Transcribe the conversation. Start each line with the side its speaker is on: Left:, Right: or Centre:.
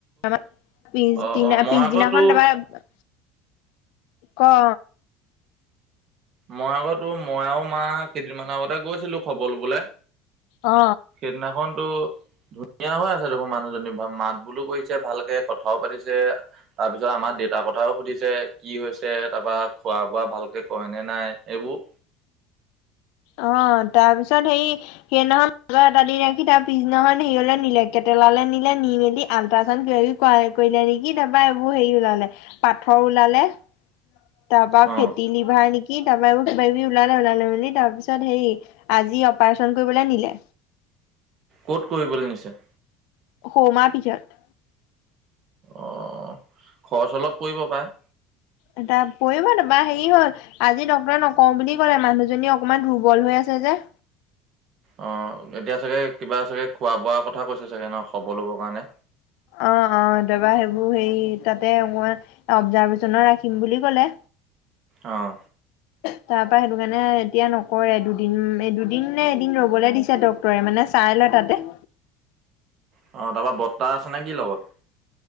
Left: আমাৰ পিছদিনা
Right: অ অ মই
Left: পিছদিনাখন
Right: আকৌ তো
Left: তাৰ পৰা ক অ
Right: মই আকৌ তোৰ মই আৰু মা কেইদিনমানৰ আগতে গৈছিলো খবৰ ল'বলৈ
Left: অ
Right: সেইদিনাখনতো ধুনীয়া হৈ আছে দেখোন মানুহজনী মাত বোলো কৰিছে ভালকে কথাও পাতিছে। তাৰপিছত আমাৰ দেউতাৰ কথাও সুধিছে কি হৈছে তাৰপৰা খোৱা-বোৱা ভালকে কৰে নে নাই এইবোৰ
Left: অ তাৰপিছত সেই সেইদিনাখন মাজত এটা দিন ৰাখি তাৰ পিছদিনাখন সেৰিয়লে নিলে কেটেলালৈ নিলে নি মেলি আল্ট্ৰাজান কিবা-কিবি কৰাই কৰিলে নেকি তাৰ পৰা এইবোৰ হেৰি ওলালে পাথৰ ওলালে তাৰ পৰা
Right: অ
Left: ফেটি লিভাৰ নেকি কি তাৰ পৰা এইবোৰ কিবা-কিবি ওলালে ওলালে মেলি তাৰপিছত হেই আজি অপাৰেশ্যন কৰিবলৈ নিলে
Right: ক'ত কৰিবলৈ নিছে
Left: হৌমাৰ পিজত
Right: অ খৰচ অলপ পৰিব পাৰে।
Left: এটা পৰিব তাৰ পৰা হেৰি হ'ল আজি ডক্তৰে নকওঁ বুলি ক'লে মানুহজনী অকমান দুৰ্বল হৈ আছে যে।
Right: অ এতিয়া চাগে কিবা চাগে খোৱা বোৱাৰ কথা কৈছে চাগে ন খবৰ ল'বৰ কাৰণে
Left: অ অ অ তাৰ পৰা সেইবোৰ হেই তাতে মই অপজাৰ্ভেশ্বনত ৰাখিম বুলি ক'লে
Right: অঁ
Left: তাৰ পৰা সেইটো কাৰণে এতিয়া ন'কৰে দুদিন এ দুদিন নে এদিন ৰ'বলে দিছে ডক্ত তৰে মানে চাই লয় তাতে
Right: অ তাৰ পৰা বৰ্তা আছে নে কি লগত